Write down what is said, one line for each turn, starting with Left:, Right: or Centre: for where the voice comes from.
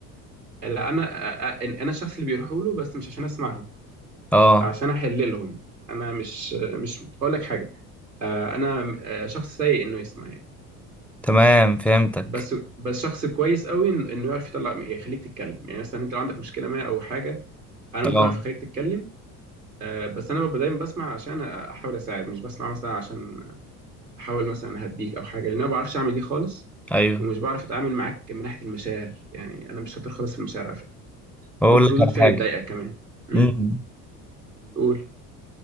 Right: لا انا آ- آ- انا الشخص اللي بيروحوا له بس مش عشان اسمعهم
Centre: اه
Right: عشان احل لهم انا مش مش هقول لك حاجه آه، انا آه، شخص سيء انه يسمع يعني
Centre: تمام فهمتك
Right: بس بس شخص كويس قوي إن- انه يعرف يطلع يعني يخليك تتكلم يعني مثلا انت لو عندك مشكله ما او حاجه انا ممكن
Centre: اه
Right: اعرف اخليك تتكلم آه، بس انا ببقى دايما بسمع عشان احاول اساعد مش بسمع مثلا عشان احاول مثلا اهديك او حاجه لان انا ما بعرفش اعمل دي خالص
Centre: ايوه
Right: ومش بعرف اتعامل معاك من ناحيه المشاعر يعني انا مش شاطر خالص في المشاعر على فكره
Centre: اقول
Right: ممكن
Centre: لك
Right: ردود
Centre: على
Right: فعلي
Centre: حاجه
Right: تضايقك كمان امم
Centre: امم
Right: قول